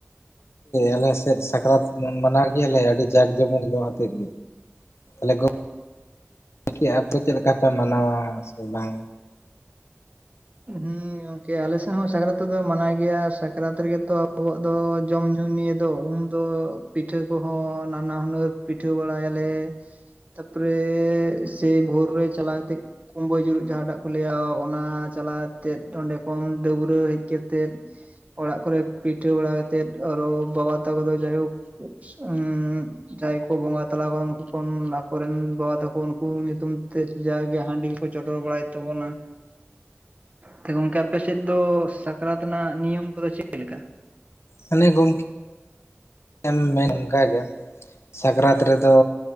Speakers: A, on the left (about 80°); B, on the right (about 35°).
A: ᱟᱞᱮ ᱥᱮᱫ ᱥᱟᱠᱨᱟᱛ ᱢᱟᱱᱟᱣ ᱜᱮᱭᱟᱞᱮ ᱟᱹᱰᱤ ᱡᱟᱠ ᱡᱚᱢᱚᱠ ᱧᱚᱜ ᱟᱛᱮᱫ ᱜᱮ ᱜᱚᱝᱠᱮ ᱟᱯᱮ ᱪᱮᱫᱞᱮᱠᱟ ᱯᱮ ᱢᱟᱱᱟᱣᱟ ᱥᱮ ᱵᱟᱝ
B: ᱦᱩᱸ ᱜᱚᱝᱠᱮ ᱟᱞᱮ ᱥᱮᱫ ᱦᱚᱸ ᱥᱟᱠᱨᱟᱛ ᱫᱚ ᱢᱟᱱᱟᱣ ᱜᱮᱭᱟ ᱥᱟᱠᱨᱟᱛ ᱨᱮᱜᱮ ᱛᱚ ᱟᱵᱚᱣᱟᱜ ᱫᱚ ᱡᱚᱢ ᱧᱩ ᱱᱤᱭ ᱫᱚ ᱩᱱ ᱫᱚ ᱯᱤᱴᱷᱟᱹ ᱠᱚᱦᱚᱸ ᱱᱟᱱᱟ ᱦᱩᱱᱟᱹᱨ ᱯᱤᱴᱷᱟᱹ ᱵᱟᱲᱟᱭᱟᱞᱮ ᱛᱟᱯᱚᱨᱮ ᱥᱮᱭ ᱵᱷᱳᱨ ᱨᱮ ᱪᱟᱞᱟ ᱠᱟᱛᱮ ᱠᱩᱢᱵᱟᱹ ᱡᱩᱨᱩᱜ ᱡᱟᱦᱟᱸᱴᱟᱜ ᱠᱚ ᱞᱟᱹᱭ ᱟ ᱚᱱᱟ ᱪᱟᱞᱟ ᱟᱛᱮᱫ ᱚᱸᱰᱮ ᱠᱷᱚᱱ ᱰᱟᱹᱵᱽᱨᱟᱹ ᱦᱮᱡ ᱠᱟᱛᱮᱫ ᱚᱲᱟᱜ ᱠᱚᱨᱮ ᱯᱤᱴᱷᱟᱹ ᱵᱟᱲᱟ ᱟᱛᱮᱫ, ᱟᱨᱚ ᱵᱟᱵᱟ ᱛᱟᱠᱚ ᱫᱚ ᱡᱟᱭᱦᱳᱠ ᱼᱼ ᱩᱸ <inaudible> ᱡᱟᱦᱟᱸᱭ ᱠᱚ ᱵᱚᱸᱜᱟ ᱛᱟᱞᱟ ᱠᱚ ᱩᱱᱠᱩ ᱠᱷᱚᱱ ᱟᱠᱚᱨᱮᱱ ᱵᱟᱵᱟ ᱛᱟᱠᱚ ᱩᱱᱠᱩ ᱧᱩᱛᱩᱢᱼᱼ ᱛᱮ ᱡᱟᱣᱜᱮ ᱦᱟᱺᱰᱤ ᱠᱚᱠᱚ ᱪᱚᱰᱚᱨ ᱵᱟᱲᱟᱭᱮᱫ ᱛᱟᱵᱚᱱᱟ ᱾ ᱛᱚ ᱜᱚᱝᱠᱮ ᱟᱯᱮ ᱥᱮᱫ ᱫᱚ ᱥᱟᱠᱨᱟᱛ ᱨᱮᱱᱟᱜ ᱱᱤᱭᱚᱢ ᱠᱚᱫᱚ ᱪᱮᱜ ᱞᱮᱠᱟ?
A: ᱦᱟᱱᱮ ᱜᱚᱝ <inaudible> ᱠᱮ ᱢᱮᱱ ᱚᱱᱠᱟ ᱜᱮᱭᱟ ᱾ ᱥᱟᱠᱨᱟᱛ ᱨᱮᱫᱚ,